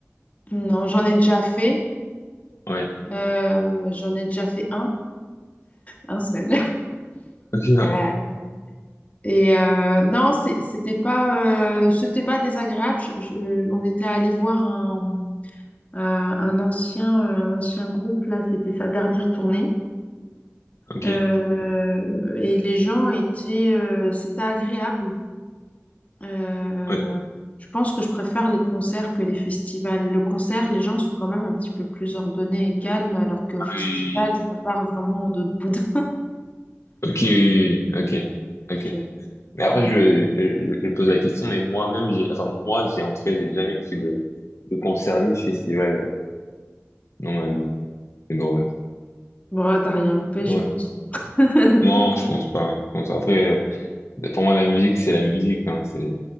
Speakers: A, on the left; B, on the left.
A: Non, j'en ai déjà fait.
B: Ouais.
A: Euh, j'en ai déjà fait un, un seul.
B: <laughs>
A: <laughs> Et euh, non, c'est- c'était pas, euh, c'était pas désagréable. Je- je- on était allé voir un, un, un ancien, euh, un ancien groupe là. C'était sa dernière tournée.
B: Ok,
A: Euh,
B: ouais. ok.
A: et les gens étaient, euh, c'était agréable. Euh,
B: Ouais.
A: je pense que je préfère les concerts que les festivals. Le concert, les gens sont quand même un petit peu plus ordonnés et calmes, alors qu'au
B: Ah
A: festival,
B: oui.
A: ça part vraiment en d'autres boudin.
B: Ok, oui, oui, ok,
A: Donc,
B: ok.
A: euh,
B: Mais après,
A: <laughs>
B: je,
A: ouais.
B: je, je pose la question, mais moi-même, j'ai, enfin, moi, j'ai, en tout cas, j'ai jamais fait de, de concert ni festival euh, dans ma vie. C'est drôle,
A: Bon, t'as rien loupé,
B: c'est
A: je
B: drôle.
A: pense. <laughs>
B: Non, je pense pas. hein. Je pense- Après, euh, pour moi, la musique, c'est la musique, hein, c'est,